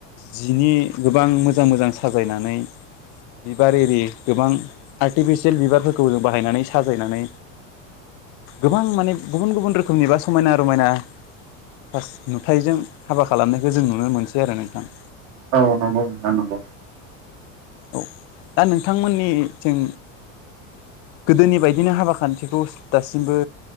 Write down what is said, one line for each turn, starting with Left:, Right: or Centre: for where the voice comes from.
Left: जिनि गोबां मोजां मोजां साजायनानै । बिबार एरि गोबां आर्टिफिसियेल बिबारफोरखौ जों बाहायनानै साजायनानै। गोबां माने गुबुन गुबुन रोखोमनि बा समायना रमायना । फार्स्ट नुथायजों हाबा खालामनायखौ जों नुनो मोनसै आरो नोंथां।
Right: औ नंगौ नोंथां नंगौ।
Left: औ दा नोंथांमोननि थिं गोदोनि बायदिनो हाबा खान्थिखौ दासिमबो